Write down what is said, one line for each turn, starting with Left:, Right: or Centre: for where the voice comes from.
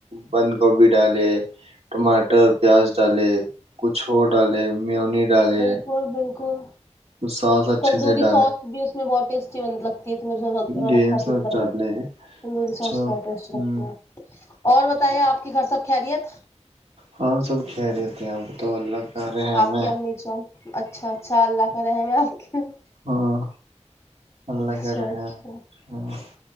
Right: بند گوبھی ڈالے ٹماٹر پیاز ڈالے کچھ اور ڈالے میونی ڈالے
Left: بالکل بالکل
Right: ساس اچھے
Left: تندوری
Right: سے ڈالے
Left: سوئس بھی اس میں بہت ٹیسٹی تندوری سوئس کھاتی
Right: گرین ساس
Left: تھی تو برگر
Right: ڈالے
Left: تندوری
Right: اچھا
Left: سوس
Right: ہوں
Left: بہت ٹیسٹی لگتی ہے اور بتایا آپ گھر سب خیریت
Right: ہم سب خیریت ہے اپ بتاو اللہ کا رحم
Left: آپ
Right: ہیں
Left: کی امی
Right: ہمیں
Left: جان اچھا اچھا اللہ کا رحم ہے کے
Right: ہاں اللہ
Left: اچھا
Right: کا رحم
Left: اچھا
Right: ہیں